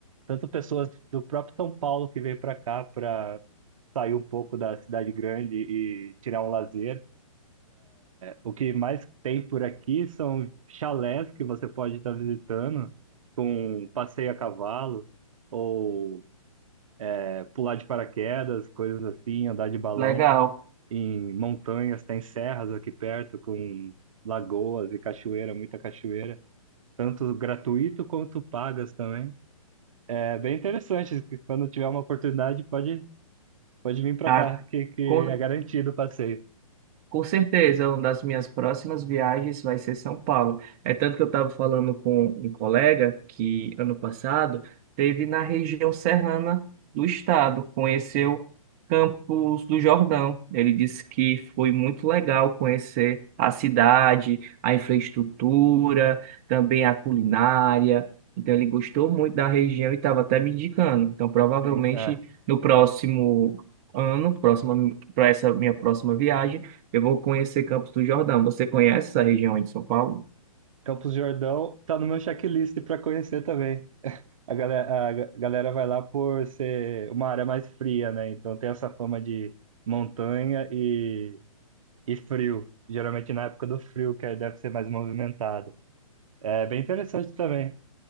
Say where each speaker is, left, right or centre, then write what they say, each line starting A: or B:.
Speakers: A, on the right; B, on the right.
A: tanto pessoas do próprio São Paulo que vem para cá para sair um pouco da cidade grande e tirar um lazer. O que mais tem por aqui são chalés que você pode estar visitando, com passeio a cavalo, ou é, pular de paraquedas, coisas assim, andar de balão.
B: legal.
A: em montanhas, tem serras aqui perto com lagoas e cachoeira, muita cachoeira, tanto gratuito quanto pagas também. É bem interessante, que quando tiver uma oportunidade pode, pode vir para
B: Ah,
A: cá, que, que
B: com
A: é garantido o passeio.
B: Com certeza, uma das minhas próximas viagens vai ser São Paulo. É tanto que eu estava falando com um colega que ano passado teve na região serrana do estado, conheceu Campos do Jordão. Ele disse que foi muito legal conhecer a cidade, a infraestrutura, também a culinária. Então ele gostou muito da região e estava até me indicando. Então provavelmente
A: Sim, é.
B: no próximo ano, próxima para essa minha próxima viagem eu vou conhecer Campos do Jordão. Você conhece essa região aí de São Paulo?
A: Campos do Jordão tá no meu checklist para conhecer também. A galera, a ga- galera vai lá por ser uma área mais fria, né? Então tem essa fama de montanha e, e frio. Geralmente na época do frio, que aí deve ser mais movimentado. É bem interessante também.